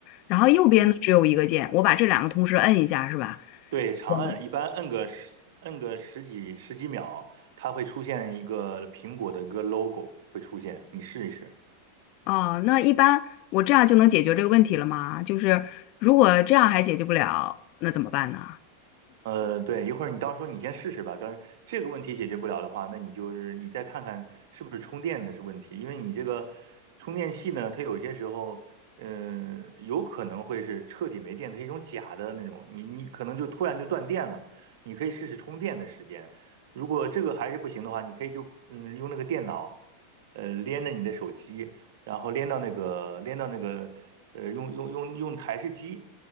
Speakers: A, on the left; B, on the right.
A: 然后右边呢只有一个键，
B: 对
A: 我把这两个同时摁一下是吧？
B: 对，长摁，
A: 嗯
B: 一般摁个十摁个十几十几秒，它会出现一个苹果的一个 logo 会出现，你试一试。
A: 哦，那一般我这样就能解决这个问题了吗？就是如果这样还解决不了，那怎么办呢？
B: 呃，对，一会儿你到时候你先试试吧。但是这个问题解决不了的话，那你就是你再看看是不是充电的是问题，因为你这个充电器呢，它有些时候，嗯、有可能会是彻底没电，它是一种假的那种，你你可能就突然就断电了。你可以试试充电的时间，如果这个还是不行的话，你可以就嗯用那个电脑，呃连着你的手机，然后连到那个连到那个呃用用用用台式机。